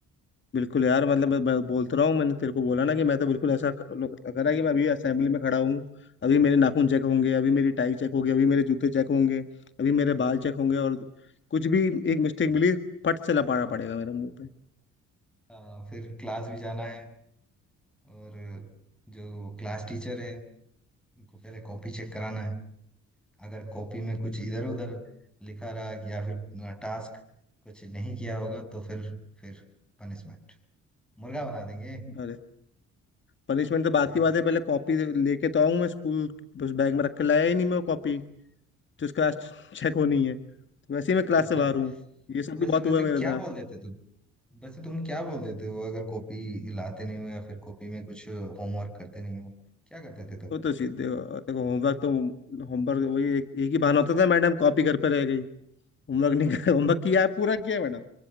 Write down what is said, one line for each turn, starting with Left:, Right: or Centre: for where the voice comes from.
Left: बिल्कुल यार मतलब मैं मैं बोलता रहा हूँ मैंने तेरे को बोला ना कि मैं तो बिल्कुल ऐसा क- लो- करा कि मैं अभी असेंबली में खड़ा हूँ अभी मेरे नाखून चेक होंगे अभी मेरी टाई
Centre: <laughs>
Left: चेक होगी अभी मेरे जूते चेक होंगे अभी मेरे बाल चेक होंगे और कुछ भी एक मिस्टेक मिली फट से लपाड़ा पड़ेगा मेरे मुंह पे
Centre: अ, फिर क्लास भी जाना है और जो क्लास टीचर है उनको पहले कॉपी चेक कराना है अगर कॉपी में कुछ इधर उधर लिखा रहा या फिर टास्क कुछ नहीं किया होगा तो फिर फिर पनिशमेंट मुर्गा बना देंगे
Left: अरे पनिशमेंट तो बात
Centre: <laughs> Yes.
Left: की बात है पहले कॉपी लेके तो आऊँ मैं स्कूल बस बैग में रख के लाया ही नहीं मैं वो कॉपी जिसका आज चेक <laughs> होनी है तो वैसे ही मैं क्लास
Centre: अच्छा
Left: से बाहर हूँ ये सब
Centre: वैसे
Left: भी बहुत
Centre: वैसे
Left: हुआ है मेरे
Centre: क्या
Left: साथ
Centre: बोल देते तुम वैसे तुम क्या बोल देते हो अगर कॉपी लाते नहीं हो या फिर कॉपी में कुछ होमवर्क करते नहीं हो क्या करते थे तुम
Left: वो तो सीधे देखो होमवर्क तो होमवर्क वही एक, एक ही बहाना होता था मैडम कॉपी घर पे रह गई होमवर्क नहीं कर
Centre: <laughs>
Left: होमवर्क किया है पूरा किया है मैडम